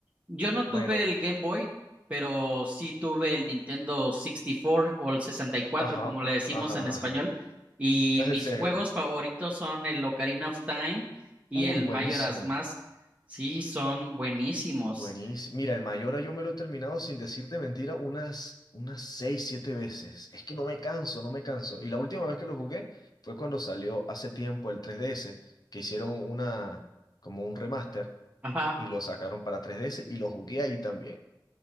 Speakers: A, on the right; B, on the left.
A: Yo no
B: Bueno,
A: tuve el Game Boy, pero sí tuve el Nintendo 64 o el sesenta y cuatro
B: ajá,
A: como le
B: ajá,
A: decimos
B: ajá.
A: en español.
B: ajá.
A: Y
B: <laughs>
A: mis
B: Ese,
A: juegos favoritos son el Ocarina of Time y
B: uy,
A: el
B: buenísimo.
A: Majora's Mask. Sí, son buenísimos.
B: Buenísimo. Mira, el Mayora yo me lo he terminado sin decirte mentira unas, unas seis, siete veces. Es que no me canso, no me canso. Y la última vez que lo jugué fue cuando salió hace tiempo el 3DS, que hicieron una, como un remaster
A: Ajá.
B: y lo sacaron para 3DS y lo jugué ahí también.